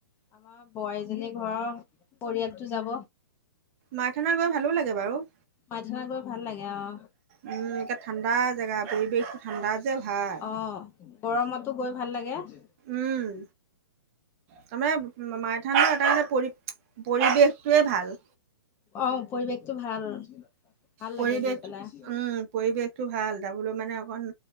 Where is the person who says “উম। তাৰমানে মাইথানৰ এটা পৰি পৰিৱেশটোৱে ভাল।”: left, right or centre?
Right